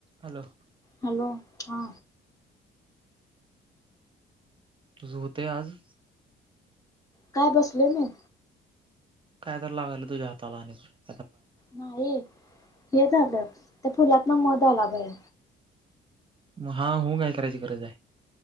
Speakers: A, on the right; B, on the left.
A: Hello
B: hello हा
A: तुझ हुतय आज
B: का बसलोय मी
A: काय तर लागल तुझ्या हाताला आणि प
B: नाही हे झालं त्या फुलातन मध आला बाहेर
A: म हा हू काय करायची गरज आहे